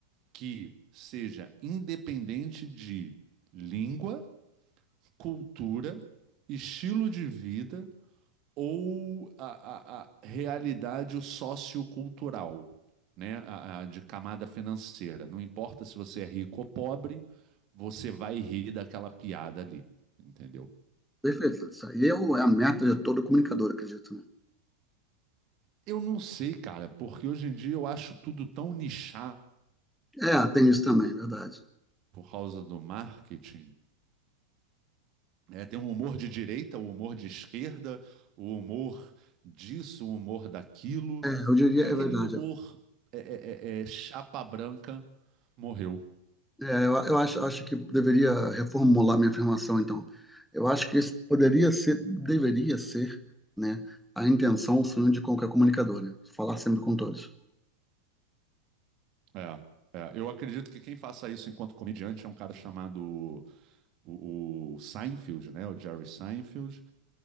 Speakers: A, on the right; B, in the centre.
A: que seja independente de língua, cultura, estilo de vida ou a, a, a realidade sociocultural, né? A, a de camada financeira. Não importa se você é rico ou pobre, você vai rir daquela piada ali, entendeu?
B: Perfeito. Isso aí é, o- é a meta de todo comunicador, acredito, né?
A: Eu não sei, cara, porque hoje em dia eu acho tudo tão nichado
B: É, tem isso também, verdade.
A: por causa do marketing. né? tem um humor de direita, o humor de esquerda, o humor disso, o humor daquilo,
B: É, eu diria,
A: e aquele
B: é verdade.
A: humor é, é, é, é chapa branca morreu.
B: É, eu, eu acho, acho que deveria reformular minha afirmação, então. Eu acho que esse poderia ser, deveria ser, né, a intenção, o sonho de qualquer comunicador, né? Falar sempre com todos.
A: É, é. eu acredito que quem faça isso enquanto comediante é um cara chamado o, o Seinfeld, né? O Jerry Seinfeld,